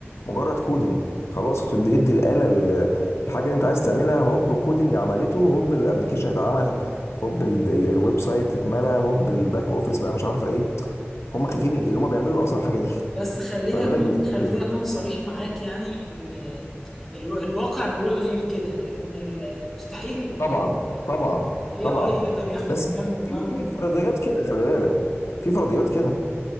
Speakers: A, on the left; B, in the centre.
A: مجرد كودينج خلاص هتدي ادي الاله ال- الحاجه اللي انت عايز تعملها هوب كودينج عملته هوب الابلكيشن اتعمل هوب ال- ال- الويب سايت اتملى هوب الباك اوفيس بقى مش عارف ايه هم خايفين من اللي هم بيعملوا اصلا الحاجه دي <laughs>
B: بس خليني
A: فما
B: اكون
A: بالك بت-
B: خليني
A: بت-
B: اكون صريح معاك يعني ال- ال- الواقع بيقول غير كده ان ال- مستحيل ان
A: طبعا طبعا
B: الاي
A: طبعا
B: اي يقدر ياخد
A: بس
B: مكان
A: في
B: مبرمج
A: في في فرضيات كده خلي بالك في فرضيات كده